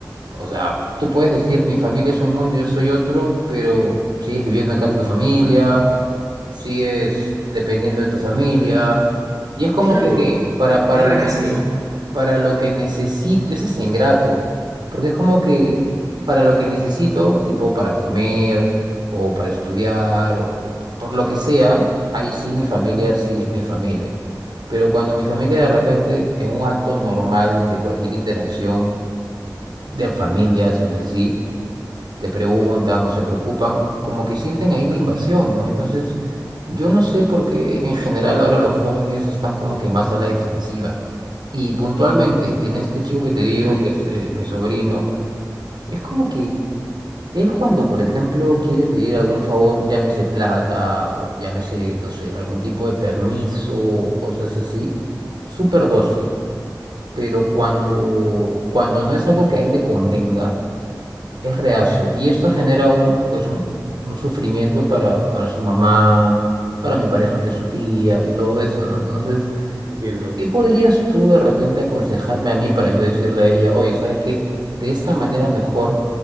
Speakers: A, on the right (about 85°); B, on the right (about 55°).
A: O sea, tú puedes decir, mi familia es un mundo y yo soy otro, pero sigues viviendo en casa de tu familia, Ah, sigues dependiendo de tu familia. Y es como
B: Claro,
A: que, ok, para, para
B: qué rarazo.
A: lo que, ne- para lo que necesito, es hasta ingrato, porque es como que para lo que necesito, tipo para comer o para estudiar o, o por lo que sea, ahí sí mi familia sí es mi familia. Pero cuando mi familia de repente, en un acto normal de cualquier interacción, de familias entre sí, te preguntan o se preocupan, como que sienten ahí la invasión, ¿no? Entonces, yo no sé por qué en general ahora los jóvenes están como que más a la defensiva. Y puntualmente, en este chico que te digo,
B: Ujú.
A: que es eh, mi sobrino, es como que él cuando, por ejemplo, quiere pedir algún favor, llámese plata o llámese, no sé, algún tipo de permiso o cosas así, súper dócil. Pero cuando,
B: Mm,
A: cuando no es algo que a él le convenga, es reacio y esto genera un, pues un, un sufrimiento para, para su mamá, para mi pareja que es su tía y todo eso, ¿no? Entonces,
B: entiendo.
A: ¿qué podrías tú de repente aconsejarme a mí para yo decirle a ella, oye, sabes que de esta manera mejor